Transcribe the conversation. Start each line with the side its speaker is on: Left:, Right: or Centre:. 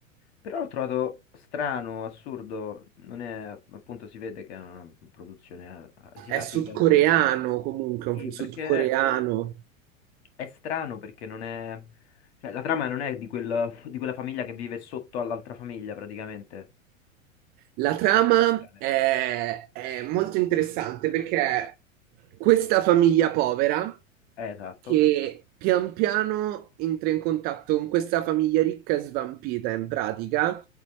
Left: Però l'ho trovato strano, assurdo, non è, appunto si vede che è una produzione a- asiatica
Right: È sudcoreano
Left: in qualche modo.
Right: comunque, è
Left: Sì,
Right: un film sudcoreano.
Left: perché è strano perché non è cioè la trama non è di quel- di quella famiglia che vive sotto all'altra famiglia praticamente.
Right: La trama
Left: Il genere.
Right: è, è molto interessante perché questa famiglia povera
Left: Eh, esatto.
Right: che pian piano entra in contatto con questa famiglia ricca e svampita in pratica